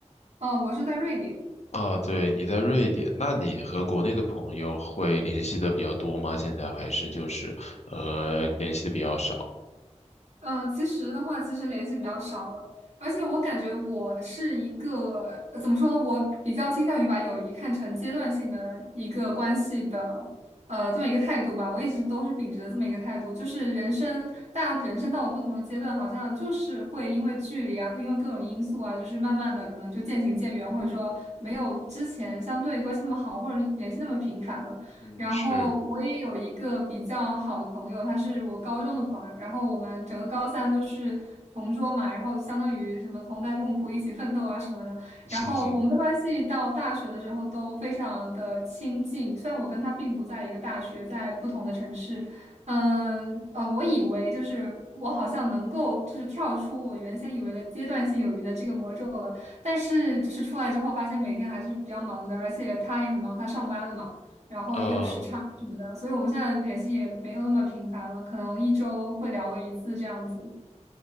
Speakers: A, on the right; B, on the left.
A: 哦，我是在瑞典。
B: 啊，对，你在瑞典，那你和国内的朋友会联系的比较多吗？现在还是就是呃联系的比较少？
A: 嗯，其实的话，其实联系比较少了，而且我感觉我是一个，呃怎么说呢，我比较倾向于把友谊看成阶段性的一个关系的，呃，这么一个态度吧。我一直都是秉持着这么一个态度，就是人生，大家人生到了不同的阶段，好像就是会因为距离啊，会因为各种因素啊，就是慢慢的可能就渐行渐远，或者说没有之前相对关系那么好，或者是联系那么频繁了。
B: 嗯，
A: 然后我也有一个比较好的朋友，
B: 是，
A: 他是我高中的朋友，然后我们整个高三都是同桌嘛，然后相当于什么同甘共苦、一起奋斗啊什么的。
B: <laughs>
A: 然后我们的关系到大学的时候都非常的亲近，
B: 哼哼
A: 虽然我跟他并不在一个大学，在不同的城市。嗯，呃，我以为就是我好像能够就是跳出我原先以为的阶段性友谊的这个魔咒了，但是就是出来之后发现每天还是比较忙的，而且他也很忙，他上班了嘛。然后也有时差什么的，
B: 呃
A: 所以我们现在联系也没有那么频繁了，可能一周会聊个一次这样子。